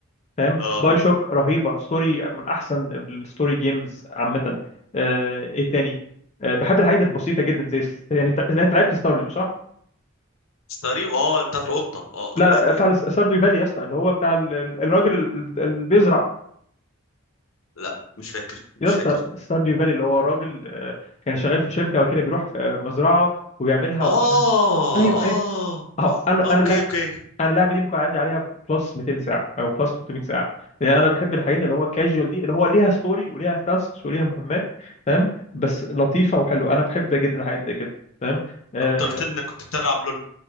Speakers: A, on the left; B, on the left.
A: فاهم
B: اه
A: باي شوك رهيبه ستوري من احسن الستوري جيمز عامه آه، ايه تاني آه، بحب الحاجات البسيطه جدا زي س- يعني ت- يعني انت لعبت ستارديو صح
B: ستاريو اه بتاعت القطه اه
A: لا لا،
B: <laughs>
A: بتاع الس- ستارديو فالي يا اسطى اللي هو بتاع ال- ال- الراجل ال- اللي بيزرع
B: لا مش فاكر مش
A: يا اسطى
B: فاكر
A: ستارديو فالي اللي هو راجل آه، كان شغال في شركه كده بيروح في آه، مزرعه وبيعملها
B: اه
A: ومش عارف ايوه ايوه
B: اه
A: اهو انا
B: اوكي
A: انا اللع-
B: اوكي
A: انا اللعبه دي ممكن عندي عليها بلس 200 ساعه او بلس 300 ساعه لان انا بحب الحاجات اللي هو كاجوال دي اللي هو ليها ستوري وليها تاسكس وليها مهمات تمام بس لطيفه وحلوه انا بحب جدا الحاجات دي كده تمام آه،
B: طب انت قلت لي انك كنت بتلعب لول